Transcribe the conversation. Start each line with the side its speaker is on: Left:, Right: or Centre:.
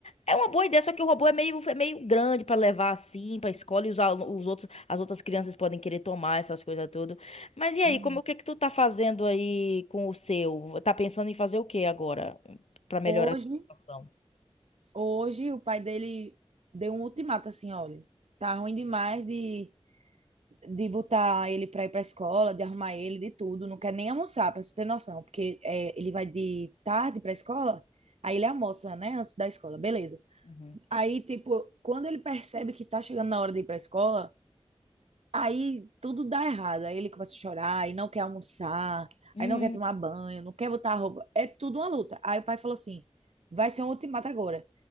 Left: é uma boa ideia, só que o robô é meio, é meio grande pra levar assim, pra escola, e os, alu- os outros, as outras crianças podem querer tomar essas coisas tudo. Mas e aí,
Right: Uhum.
Left: como o que que tu tá fazendo aí com o seu? Tá pensando em fazer o que agora pra melhorar
Right: Hoje,
Left: a sua situação?
Right: hoje o pai dele deu um ultimato assim, olha, tá ruim demais de, de botar ele pra ir pra escola, de arrumar ele, de tudo, não quer nem almoçar, pra você ter noção, porque é, ele vai de tarde pra escola, aí ele almoça, né, antes da escola, beleza.
Left: Uhum.
Right: Aí, tipo, quando ele percebe que tá chegando na hora de ir pra escola, Aí tudo dá errado. Aí ele começa a chorar, aí não quer almoçar,
Left: Hum,
Right: aí não quer tomar banho, não quer botar a roupa. É tudo uma luta. Aí o pai falou assim: vai ser um ultimato agora.